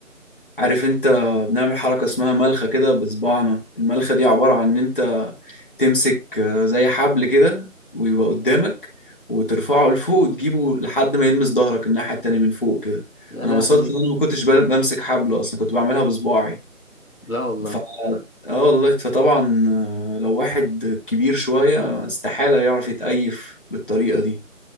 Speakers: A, on the left; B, on the left.
A: عارف انت بنعمل حركة اسمها ملخة كده بصباعنا الملخة دي عبارة عن ان انت تمسك آه، زي حبل كده ويبقى قدامك وترفعه لفوق وتجيبه لحد ما يلمس ظهرك الناحية التانية من فوق كده
B: يا
A: انا
B: لهوي
A: وصلت ان انا ما كنتش بل- بمسك حبل اصلا كنت بعملها بصباعي
B: لا والله
A: ف... اه والله فطبعا آه، لو واحد كبير شوية استحالة يعرف يتأيف بالطريقة دي